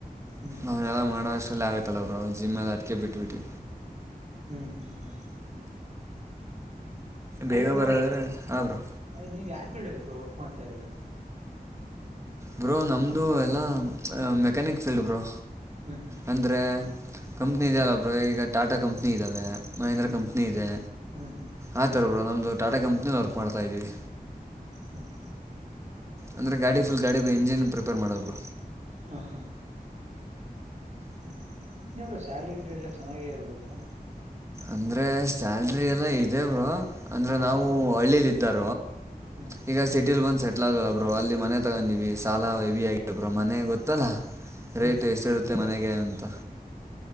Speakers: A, on the right; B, on the right.
A: ಹ್ಮ್
B: ಅವನ್ನಲ್ಲ ಮಾಡ ಆಗೈತಲ್ಲ ಅವರು ಜಿಮ್ಮಲ್ಲಿ ಅಟ್ಿಕೆ ಬಿಟ್ುಬಿಟ್ಟು
A: ಹ್ಮ್ ಹ್ಮ್ ಹ್ಮ್ <unintelligible> ಹಲೋ
B: ಬೇಗ
A: ಬ್ರೋ
B: ಬರೋದಾದ್ರೆ ಹಾಂ ಬ್ರೋ
A: ನೀವು ಯಾವ ಫೀಲ್ಡಲ್ಲಿ ಬರರು ವರ್ಕ್ ಮಾಡ್ತಾ ಇರೋದು
B: ಬ್ರೋ ನಮ್ದ ಎಲ್ಲ ಮೆಕ್ಯಾನಿಕ್ ಫೀಲ್ಡ್ ಬ್ರೋ
A: ಹ್ಮ್
B: ಅಂದ್ರೆ ಕಂಪ್ನಿ ಇದೆಯ ಅಲ್ಲ ಬ್ರೋ ಈಗ ಟಾಟಾ ಕಂಪ್ನಿ ಇದ್ದಾವೆ ಮಹೇಂದ್ರ
A: ಹ್ಮ್
B: ಕಂಪ್ನಿ ಇದೆ
A: ಹ್ಮ್ ಹ್ಮ್
B: ಆ ಥರ ಬ್ರೋ ನಮ್ಮದು ಟಾಟಾ ಕಂಪ್ನಿನ ವರ್ಕ್ ಮಾಡ್ತಾಯ್ದೀವಿ
A: ಹ್ಮ ಹ್ಮ್
B: ಅಂದ್ರೆ ಗಾಡಿ ಫುಲ್ ಗಾಡಿ ಇಂಜಿನ್ ಪ್ರಿಪೇರ್ ಮಾಡೋದು
A: ಹ ಹಾ <inaudible> ಹ್ಮ್ ನಿಮ್ದು ಸ್ಯಾಲರಿ ಗಿಲ್ರಿ ಎಲ್ಲ ಚೆನ್ನಾಗೇ ಇರ್ಬೇಕು
B: ಅಂದ್ರೆ ಸ್ಯಾಲ್ರಿ ಎಲ್ಲಾ ಇದೆ ಬ್ರೋ ಅಂದ್ರೆ
A: ಹ್ಮ್
B: ನಾವು ಹಳ್ಳಿಯಲ್ಲಿ ಇದ್ದಾರ
A: ಹ್ಮ್
B: ಈಗ ಸಿಟಿಲ್ ಬಂದ್ ಸ <unintelligible> <unintelligible> ಇಲ್ಲ ಬ್ರೋ ಅಲ್ಲಿ ಮನೆ ತಗೊಂಡಿವವಿ ಸಾಲ ಎವಿ ಆಗ ಬ್ರೋ ಮನೆ ಗೊತ್ತಲ್ಲಾ ರೇಟ್
A: ಹ್ಮ್
B: ಎಷ್ಟಿರುತ್ತೆ ಮನೆಗೆ ಅಂತ